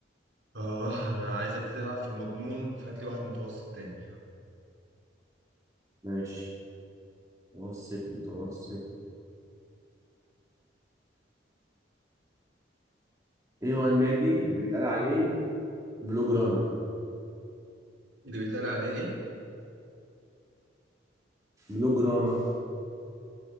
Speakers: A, on the right; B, on the right.
A: اه انا عايز ابتدي العب في المضمون فهات لي واحد متوسط تاني
B: ماشي متوسط متوسط ايه هو النادي اللي بيتقال عليه بلو جرانا
A: اللي بيتقال عليه ايه
B: بلو جرانا